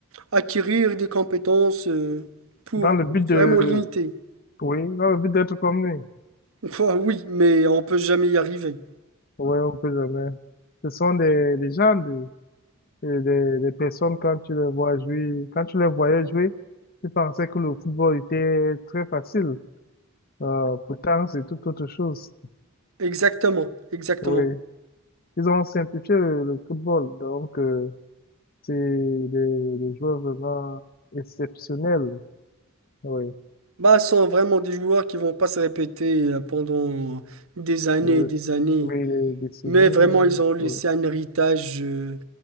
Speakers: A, on the right; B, on the left.
A: acquérir des compétences euh, pour,
B: Dans le but
A: pour
B: de,
A: vraiment l'imiter. <laughs>
B: oui, dans le but d'être comme lui.
A: Enfin, oui, mais on peut jamais y arriver.
B: Oui, on peut jamais. Ce sont des, des gens, des, des, des personnes, quand tu les vois jouer, quand tu les voyais jouer, tu pensais que le football était très facile. Euh, pourtant, c'est tout autre chose.
A: Exactement, exactement.
B: Oui, ils ont simplifié le, le football, donc euh, c'est des, des joueurs vraiment exceptionnels. Oui,
A: Bah, ce sont vraiment des joueurs qui vont pas se répéter euh, pendant des années
B: oui,
A: et des années.
B: oui, les décennies,
A: Mais vraiment, ils ont laissé
B: voilà.
A: un héritage euh,